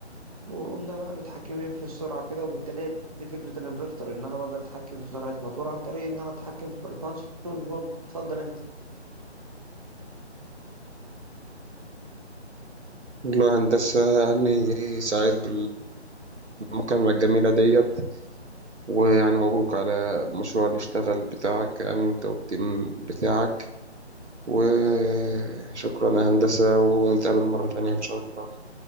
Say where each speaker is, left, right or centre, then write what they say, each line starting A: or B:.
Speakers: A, on the right; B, on the right.
A: وقمنا بقى متحكمين في السرعة كده وبالتالي هي دي فكرة الانفرتر إن أنا بقدر أتحكم في سرعة موتور عن طريق إن أنا أتحكم في الفريكوانسي والفولت اتفضل أنت
B: والله هندسة يعني سعيد بالمكالمة الجميلة ديت ويعني مبروك على المشروع اللي اشتغل بتاعك يعني انت والتيم بتاعك وشكرا يا هندسة ونتقابل مرة تانية إن شاء الله